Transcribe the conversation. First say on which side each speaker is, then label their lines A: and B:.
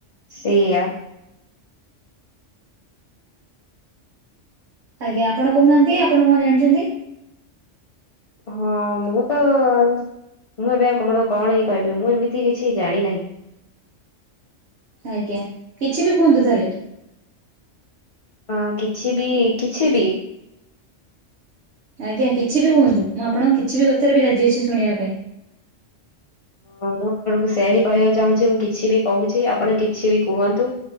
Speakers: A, on the left; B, on the right.
A: ସେଇୟା
B: ଆଜ୍ଞା ଆପଣ କହୁନାହାନ୍ତି ଆପଣ କଣ ଜାଣିଛନ୍ତି?
A: ହଁ ମୁଁ ତ ମୁଁ ଏବେ ଆଉ କଣ କଣ ହି କହିବି ମୁଁ ଏମିତି କିଛି ଜାଣି ନାହିଁ।
B: ଆଜ୍ଞା କିଛି ବି କୁହନ୍ତୁ ତାହେଲେ।
A: ହଁ କିଛି ବି କିଛି ବି
B: ଆଜ୍ଞା କିଛି ବି କୁହନ୍ତୁ ମୁଁ ଆପଣଙ୍କ କିଛି ବି କଥାରେ ବି ରାଜି ଅଛି ଶୁଣିବା ପାଇଁ।
A: ହଁ ମୁଁ ଆପଣଙ୍କୁ ସେ ହି କହିବାକୁ ଚାହୁଁଛି ମୁଁ କିଛି ବି କହୁଛି ଆପଣ କିଛି ବି କୁହନ୍ତୁ।